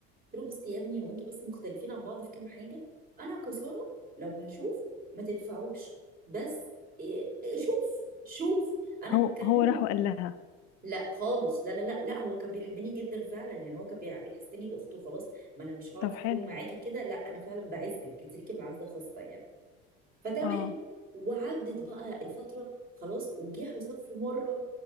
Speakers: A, on the right; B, on the left.
A: قلت له بص يا ابني هو انتوا بس مختلفين عن بعض في كام حاجه انا كساره لو هشوف ما تنفعوش بس إيه- إيه، شوف شوف انا
B: هو
A: بتكلم
B: هو راح وقال لها
A: لا خالص لا لا لا لا هو كان بيحبني جدا فعلا يعني هو كان بيع- بيحسني اخته خلاص ما انا مش هعرف
B: طب حلو
A: اكون معاكي كده لا انا فعلا بعزك انت ليكي معزه خاصه يعني فتمام
B: اه
A: وعدت بقى الفتره خلاص وجه حسام في مره